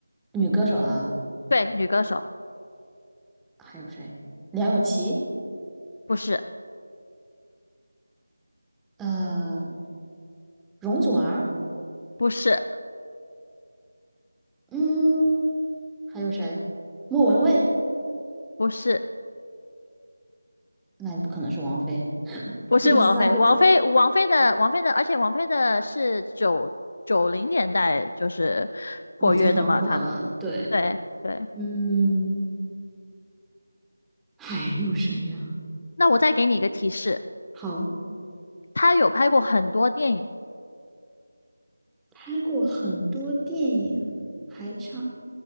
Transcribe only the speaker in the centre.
女歌手啊，
还有谁？梁咏琪，
呃，容祖儿，
嗯，还有谁？莫文蔚，
那也不可能是王菲，
因为是三个字，
已经很火了。
对，
嗯，还有谁呀？
好，
拍过很多电影，还唱，